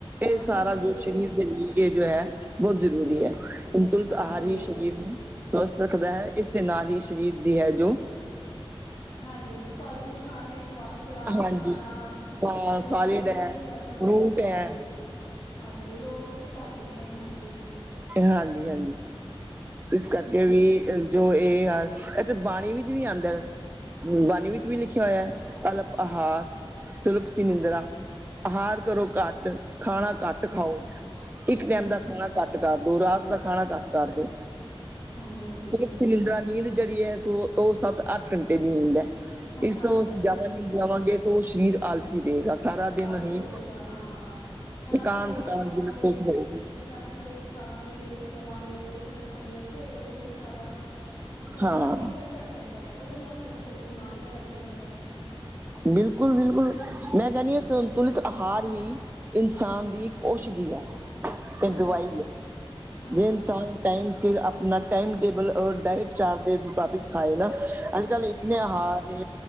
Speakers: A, on the right; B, on the left.
A: ਇਹ
B: ਹਾਂਜੀ
A: ਸਾਰਾ
B: ਹਾਂਜੀ
A: ਜੋ ਸਰੀਰ ਦੇ ਲਈ ਇਹ ਜੋ ਹੈ ਬਹੁਤ ਜ਼ਰੂਰੀ
B: ਹਾਂ
A: ਹੈ ਸੰਤੁਲਤ
B: ਹਾਂਜੀ
A: ਆਹਾਰ ਹੀ ਸ਼ਰੀਰ ਸੁਣ ਸਕਦਾ ਹੈ ਇਸ ਦੇ ਨਾਲ ਹੀ ਸਰੀਰ ਦੀ ਹੈ ਜੋ
B: ਹਾਂਜੀ ਹਾਂਜੀ ਫਲ ਵੀ ਖਾਣੇ ਸਵਾ ਸਲਾਦ
A: ਹਾਂਜੀ
B: ਖਾਣਾ
A: ਅ
B: ਇਹਦੇ
A: ਸਾਲਿਡ
B: ਨਾਲ ਵੀ
A: ਹੈ,
B: ਜ਼ਿਆਦਾ
A: ਫਰੂਟ
B: ਹਾਂਜੀ
A: ਹੈ,
B: ਹਾਂਜੀ ਲੋਕ ਘਟਾਉਂਦੇ ਨੇ ਹਾਂਜੀ
A: ਹਾਂਜੀ ਹਾਂਜੀ ਹਾਂਜੀ ਇਸ ਕਰਕੇ ਵੀ ਜੋ ਇਹ ਯਾਰ ਇੱਥੇ ਬਾਣੀ ਵਿੱਚ ਵੀ ਆਉਂਦਾ ਬਾਣੀ ਵਿੱਚ ਵੀ ਲਿਖਿਆ ਹੋਇਆ ਅਲਪ ਆਹਾਰ ਸੁਲਪ ਸਿੰਦਰਾ ਆਹਾਰ ਕਰੋ ਘੱਟ ਖਾਣਾ ਘੱਟ ਖਾਓ
B: ਹਾਂਜੀ-ਹਾਂਜੀ-ਹਾਂਜੀ
A: ਇੱਕ ਟਾਈਮ ਦਾ ਖਾਣਾ ਘੱਟ ਕਰਦੋ ਰਾਤ ਦਾ ਖਾਣਾ ਘੱਟ ਕਰਦੋ
B: ਹਾਂਜੀ ਹਾਂਜੀ
A: ਨਿੰਦਰਾ ਨੀਂਦ ਜਿਹੜੀ ਹੈ ਸੋ ਉਹ ਸੱਤ ਅੱਠ ਘੰਟੇ ਦੀ ਨੀਂਦ ਹੈ।
B: ਹਾਂ
A: ਇਸ
B: ਹਾਂਜੀ-ਹਾਂਜੀ
A: ਤੋਂ ਜਿਆਦਾ ਨੀਂਦ ਜਾਵਾਂਗੇ ਤੇ ਉਹ ਸਰੀਰ ਆਲ ਰਹੇਗਾ ਸਾਰਾ ਦਿਨ
B: ਆਲਸੀ
A: ਅਸੀ
B: ਹੋ ਜਾਏਗਾ ਹਾਂ। ਰਾਤੀ
A: ਥਕਾਨ
B: ਲੇਟ
A: ਥਕਾਨ
B: ਖਾਵਾਂਗੇ
A: ਜੇਈ ਮਹਿਸੂਸ ਹੋਏਗੀ
B: ਰਾਤੀ ਲੇਟ ਖਾਵਾਂਗੇ ਲੇਟ ਸੋਵਾਂਗੇ ਲੇਟ ਉੱਠਾਂਗੇ ਫੇਰ ਉਹੀ ਸਾਰਾ ਉਹ ਸਾਡੇ
A: ਹਾਂ
B: ਸਰੀਰ ਤੇ ਅਸਰ ਪੈਂਦਾ ਹੈ ਉਹਦੇ ਨਾਲ ਸਾਾਨੂੰ ਫੇਰ ਬਿਮਾਰੀਆਂ ਲੱਗਦੀਆਂ ਨੇ
A: ਬਿਲਕੁਲ ਬਿਲਕੁਲ ਮੈਂ ਕਹਿਣੀ ਆ ਸੰਤੁਲਿਤ ਆਹਾਰ ਹੀ ਇਨਸਾਨ ਦੀ ਔਸ਼ਧੀ ਐ
B: ਹਾਂਜੀ
A: ਇਹ ਦਵਾਈ ਐ
B: ਹਾਂ
A: ਜੇ ਇਨਸਾਨ ਟਾਈਮ ਸਿਰ ਆਪਣਾ ਟਇਮ ਟੇਬਲ ਔਰ ਡਾਇਟ ਚਾਰਟ ਦੇ ਮੁਤਾਬਿਕ ਖਾਏ ਨਾ ਅ ਗੱਲ ਇਤਨੇ ਆਹਾਰ ਨੇ